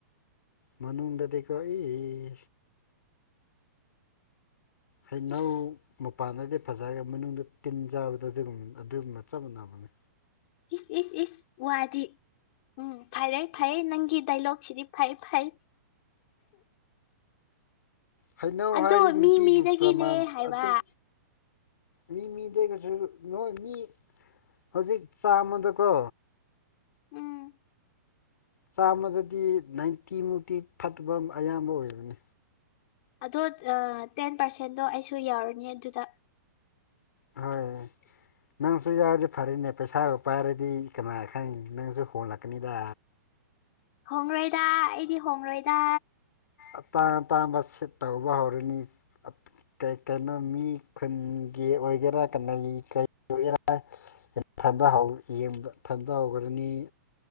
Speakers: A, on the left; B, on the left.
A: ꯃꯅꯨꯡꯗꯗꯤꯀꯣ ꯑꯩ ꯍꯩꯅꯧ
B: ꯏꯁ
A: ꯃꯄꯥꯟꯗꯗꯤ ꯐꯖꯔꯒ ꯃꯅꯨꯡꯗ ꯇꯤꯟ ꯆꯥꯕꯗ ꯑꯗꯨꯒꯨꯝꯕ ꯑꯗꯨꯒꯨꯝꯕ ꯆꯞ ꯃꯥꯟꯅꯕꯅꯤ
B: ꯏꯁ ꯏꯁ ꯏꯁ ꯋꯥꯗꯤ ꯎꯝ ꯐꯔꯦ ꯐꯩ ꯅꯪꯒꯤ ꯗꯥꯏꯂꯣꯛꯁꯤꯗꯤ ꯐꯩ ꯐꯩ
A: ꯍꯩꯅꯧ
B: ꯑꯗꯣ
A: ꯍꯥꯏꯔꯤ
B: ꯃꯤ
A: ꯅꯨꯄꯤꯕꯨ
B: ꯃꯤꯗꯒꯤꯅꯦ
A: ꯄ꯭ꯔꯃꯥꯟ
B: ꯍꯥꯏꯕ
A: ꯑꯗꯨꯝ ꯃꯤ ꯃꯤꯗꯩꯒꯁꯨ ꯅꯣꯏ ꯃꯤ ꯍꯧꯖꯤꯛ ꯆꯥꯃꯗꯀꯣ
B: ꯎꯝ
A: ꯆꯥꯝꯃꯗꯗꯤ ꯅꯥꯏꯟꯇꯤꯃꯨꯛꯇꯤ ꯐꯠꯇꯕ ꯑꯌꯥꯝꯕ ꯑꯣꯏꯕꯅꯤ
B: ꯑꯗꯣ ꯇꯦꯟ ꯄꯥꯔꯁꯦꯟꯗꯣ ꯑꯩꯁꯨ ꯌꯥꯎꯔꯅꯤ ꯑꯗꯨꯗ
A: ꯍꯣꯏ ꯅꯪꯁꯨ ꯌꯥꯎꯔꯗꯤ ꯐꯔꯅꯦ ꯄꯩꯁꯥꯒ ꯄꯥꯏꯔꯗꯤ ꯀꯅꯥ ꯈꯪ ꯅꯪꯁꯨ ꯍꯣꯜꯂꯛꯀꯅꯤꯗ
B: ꯍꯣꯡꯔꯣꯏꯗ ꯑꯩꯗꯤ ꯍꯣꯡꯔꯣꯏꯗ
A: ꯑꯇꯥꯡ ꯑꯇꯥꯡꯕ ꯁꯤꯠ ꯇꯧꯕ ꯍꯧꯔꯅꯤ ꯀꯩ ꯀꯩꯅꯣ ꯃꯤ ꯈꯨꯟꯒꯤ ꯑꯣꯏꯒꯦꯔꯥ ꯀꯅꯩ ꯀꯩ ꯑꯣꯏꯒꯦꯔꯥ <unintelligible> ꯌꯦꯡꯕ ꯊꯟ ꯊꯅꯕ ꯍꯧꯒ꯭ꯔꯅꯤ